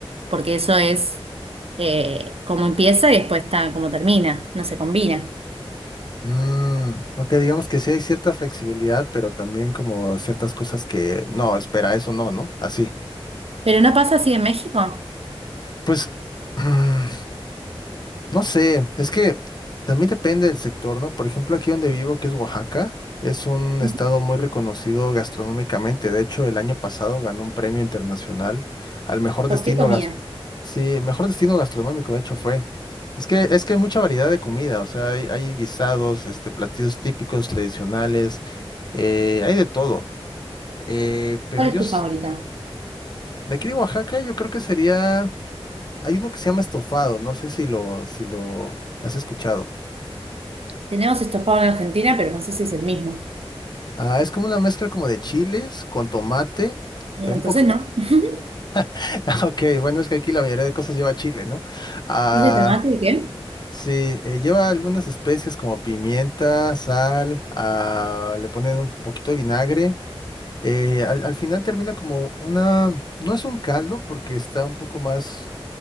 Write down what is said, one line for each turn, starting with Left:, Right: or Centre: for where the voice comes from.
Right: porque eso es eh, como empieza y después está como termina, no se combina.
Left: Mm, ok, digamos que sí hay cierta flexibilidad, pero también como ciertas cosas que no, espera, eso no, ¿no? Así.
Right: Pero no pasa así en México.
Left: Pues, <clears throat> mm, no sé, es que también depende del sector, ¿no? Por ejemplo, aquí donde vivo, que es Oaxaca, es un
Right: Ujú.
Left: estado muy reconocido gastronómicamente. De hecho, el año pasado ganó un premio internacional al mejor
Right: ¿Por
Left: destino
Right: qué comida?
Left: Sí, el mejor destino gastronómico, de hecho, fue. Es que, es que hay mucha variedad de comida, o sea, hay, hay guisados, este, platillos típicos, tradicionales, eh, hay de todo. Eh, pero
Right: ¿Cuál
Left: yo,
Right: es tu
Left: s-
Right: favorita?
Left: de aquí de Oaxaca, yo creo que sería, hay uno que se llama estofado, no sé si lo, si lo has escuchado.
Right: Tenemos estofado en Argentina, pero no sé si es el mismo.
Left: Ah, es como una mezcla como de chiles con tomate,
Right: Entonces
Left: eh, un poco,
Right: no. <laughs>
Left: <laughs> ok, bueno, es que aquí la mayoría de cosas lleva chile, ¿no? Ah,
Right: ¿Y de tomate de qué?
Left: Sí, eh, lleva algunas especies como pimienta, sal, ah, le ponen un poquito de vinagre. eh, al, al final termina como una, no es un caldo porque está un poco más,